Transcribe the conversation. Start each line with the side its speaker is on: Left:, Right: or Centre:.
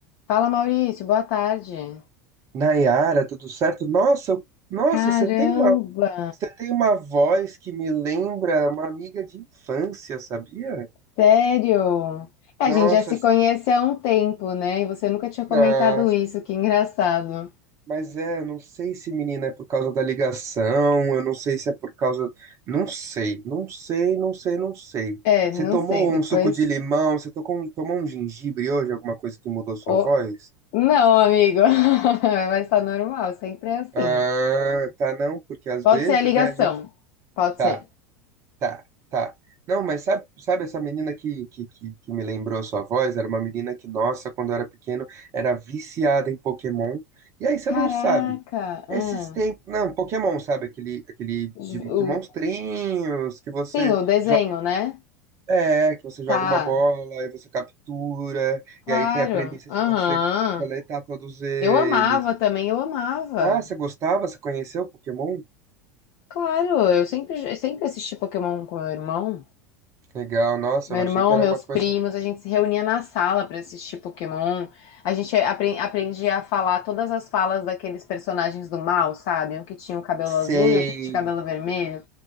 Left: Fala, Maurício, boa tarde.
Right: Nayara, tudo certo? Nossa, eu- nossa,
Left: Caramba,
Right: você tem uma, você tem uma voz que me lembra uma amiga de infância, sabia?
Left: sério? É,
Right: Nossa,
Left: A gente já se
Right: sim,
Left: conhece há um tempo, né? E você nunca tinha comentado
Right: na-
Left: isso, que engraçado.
Right: mas é, eu não sei se menina é por causa da ligação, eu não sei se é por causa, não sei, não sei, não sei, não sei.
Left: É,
Right: Você
Left: não
Right: tomou
Left: sei, depois.
Right: um suco de limão? Você tocou- um, tomou um gengibre hoje? Alguma coisa que mudou sua
Left: Ô,
Right: voz?
Left: Não, amigo, <laughs> vai estar normal, sempre é assim.
Right: Ah, tá não, porque às
Left: Pode
Right: vezes,
Left: ser a ligação,
Right: né, a gente
Left: pode
Right: tá.
Left: ser.
Right: Tá, tá. Não, mas sabe, sabe essa menina que, que, que, que me lembrou a sua voz? Era uma menina que, nossa, quando eu era pequeno, era viciada em Pokémon. E aí você
Left: Caraca,
Right: não sabe.
Left: ah,
Right: Esses tempos. Não, Pokémon, sabe? Aquele, aquele
Left: ju-
Right: de, de
Left: o-
Right: monstrinhos que você
Left: sim, o desenho,
Right: joga.
Left: né?
Right: É, que você
Left: Tá,
Right: joga uma bola e você captura.
Left: claro,
Right: E aí tem a premissa
Left: aham.
Right: de você coletar todos eles.
Left: Eu amava também, eu amava.
Right: Ah, você gostava? Você conheceu Pokémon?
Left: Claro, eu sempre, eu sempre assisti Pokémon com meu irmão.
Right: Legal, nossa,
Left: Meu
Right: eu
Left: irmão,
Right: achei que era
Left: meus
Right: uma coisa.
Left: primos, a gente se reunia na sala pra assistir Pokémon. A gente apre- aprendia a falar todas as falas daqueles personagens do mal, sabe? Um que tinha o cabelo
Right: Sei,
Left: azul e outro que tinha o cabelo vermelho.